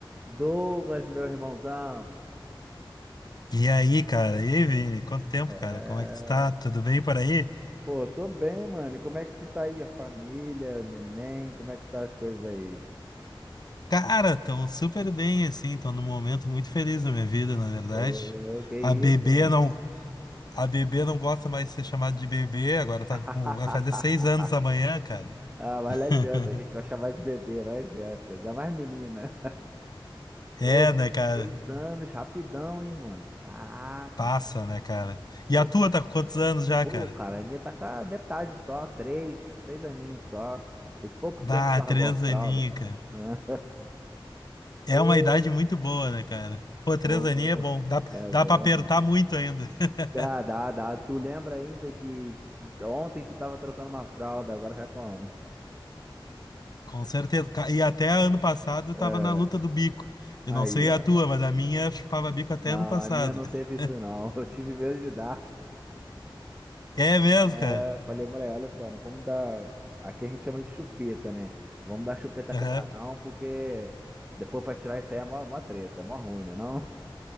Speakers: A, on the right (about 15°); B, on the left (about 50°).
A: Douglas, meu irmãozão.
B: E aí, cara? E aí, Vini? Quanto tempo,
A: É...
B: cara? Como é que tu tá? Tudo bem por aí?
A: Pô, tô bem, mano. E como é que tu tá aí? A família, o neném, como é que tá as coisas aí?
B: Cara, tão super bem, assim, Tô num momento muito feliz da minha vida, na verdade.
A: Ô, que
B: A
A: isso,
B: bebê
A: mano?
B: não, a bebê não gosta mais de ser chamada de bebê, agora tá
A: <laughs>
B: com, vai fazer seis anos amanhã, cara.
A: Ah, mas
B: <laughs>
A: não adianta, a gente vai chamar de bebê, não adianta. Ainda mais menina.
B: É,
A: Pô, seis
B: né, cara?
A: anos, rapidão, hein, mano? Caraca.
B: Passa, né, cara?
A: Pô,
B: E a tua tá com quantos anos já,
A: pô,
B: cara?
A: cara, a minha tá com a metade só, três, três aninhos só. Tem pouco tempo
B: Ah,
A: que largou
B: três
A: a fralda,
B: aninhos,
A: pô.
B: cara.
A: <laughs> né?
B: É
A: Pô,
B: uma idade muito boa, né, cara? Pô,
A: pô,
B: três aninhos é bom. Dá,
A: é
B: dá
A: bom,
B: pra apertar
A: né?
B: muito ainda. <laughs>
A: Dá, dá, dá. Tu lembra ainda que ontem tu tava trocando uma fralda, agora já como?
B: Com certeza. Ca- E até ano passado
A: É,
B: tava na luta do bico. Eu
A: aí,
B: não sei
A: ó.
B: a tua, mas a minha chupava bico até
A: Não,
B: ano passado.
A: a minha não
B: <laughs>
A: teve isso não. <laughs> Eu tive medo de dar.
B: É mesmo,
A: É,
B: cara?
A: eu falei, mulher, olha só, não vamos dar. Aqui a gente chama de chupeta, né? Vamos dar chupeta
B: Aham.
A: pra ela não, porque depois pra tirar isso aí é mó, mó treta, é mó ruim, né não?